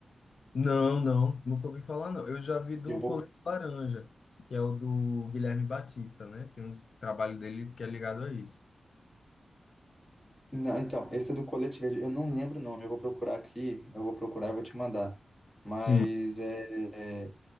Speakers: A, on the left; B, on the left.
A: Não, não, nunca ouvi falar não. Eu já vi do
B: Eu vou.
A: Colete Laranja, que é o do Guilherme Batista, né? Tem um trabalho dele que é ligado a isso.
B: Não, então, esse é do Colete Verde. Eu não lembro o nome. Eu vou procurar aqui. Eu vou procurar e vou te mandar. Mas
A: Sim.
B: é, é,